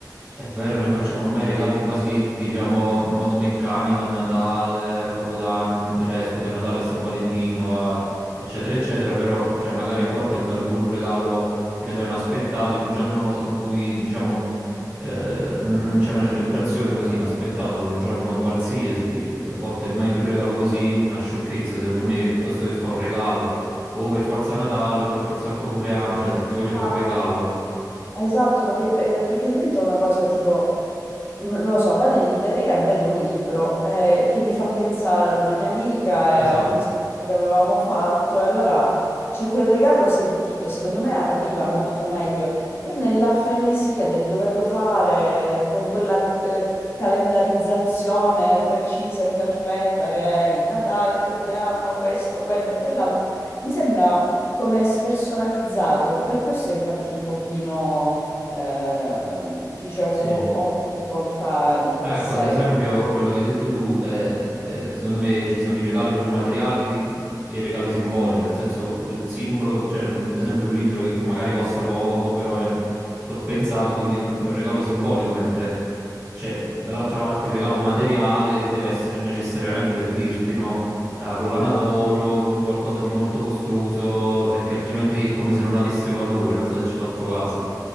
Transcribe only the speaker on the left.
Ah,
esatto, perché, eh, perché diventa una cosa tipo Mm, Non lo so, vado in libreria e vedo un libro eh, che mi fa pensare ad una mia amica e
ad un discorso che avevamo fatto, e allora c'è quel regalo sentito, secondo me arriva molto meglio, però nella frenesia del doverlo fare eh, con quella eh, calendarizzazione precisa e perfetta che è il Natale, il compleanno, questo, quello e quell'altro, mi sembra come spersonalizzato, per questo infatti un pochino eh, ti dicevo,
boh, ho difficoltà in tal
senso.